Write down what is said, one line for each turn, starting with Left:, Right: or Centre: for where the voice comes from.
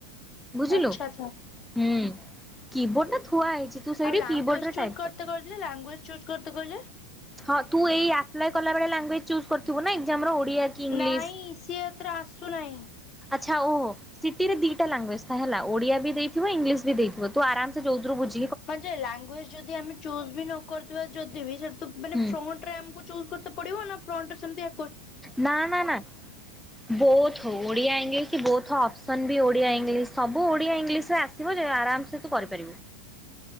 Centre: ବୁଝିଲୁ
Left: ଆଚ୍ଛା ଆଚ୍ଛା
Centre: ହୁଁ। କି ବୋର୍ଡ ଟା ଥୁଆ ହେଇଛି ତୁ ସେଇଠି
Left: ଆଉ ଲାଙ୍ଗୁଏଜ
Centre: କିବୋର୍ଡରେ
Left: ଚୁଜ
Centre: ଟାଇପ
Left: କରତେ
Centre: କରିବୁ।
Left: କହିଲେ ଲାଙ୍ଗୁଏଜ ଚୁଜ କରତେ କହିଲେ?
Centre: ହଁ ତୁ ଏଇ ଆପ୍ଲାଏ କଲା ବେଳେ ଲାଙ୍ଗୁଏଜ ଚୁଜ କରିଥିବୁ ନା ଏକଜାମ ର। ଓଡିଆ କି ଇଂଲିଶ।
Left: ନାଇଁ ସିଏ ଏଥିରେ ଆସୁ ନାହିଁ।
Centre: ଆଛା ଓହ ସିଟିରେ ଦିଟା ଲାଙ୍ଗୁଜ ଥାଏ ହେଲା ଓଡିଆ ବି ଦେଇଥିବ ଇଂଲିଶ ବି ଦେଇଥିବ ତୁ ଆରାମ ସେ ଯଉଥୀରୁ ବୁଝ।
Left: ହଁ ଯେ ଲାଙ୍ଗୁଏଜ ଯଦି ଆମେ ଚୁଜ୍ ବି ନ କରଥିବା ଯଦି ବି ସେ ମାନେ
Centre: ହୁଁ
Left: ଫ୍ରଣ୍ଟରେ ଆମକୁ ଚୁଜ୍ କରିତେ ପଡିବ ନା ଫ୍ରଣ୍ଟରେ ସେମତି।
Centre: ନା ନା ନା ବୋଥ ଓଡ଼ିିଆ ଇଂଗ୍ଲିସ୍। କି ବୋଥ ଅପସନ ବି ଓଡିଆ ଇଂଲିଶ ସବୁ ଓଡିଆ ଇଂଲିଶ ରେ ଆସିବ ଯ ଆରାମ ସେ ତୁ କରିପାରିବୁ।